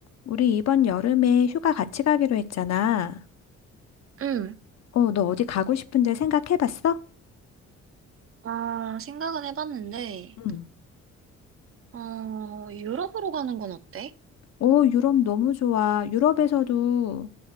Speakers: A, on the left (about 60°); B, on the right (about 45°).
A: 우리 이번 여름에 휴가 같이 가기로 했잖아.
B: 응.
A: 어, 너 어디 가고 싶은데 생각해 봤어?
B: 아, 생각은 해봤는데,
A: 응.
B: 어, 유럽으로 가는 건 어때?
A: 오, 유럽 너무 좋아. 유럽에서도,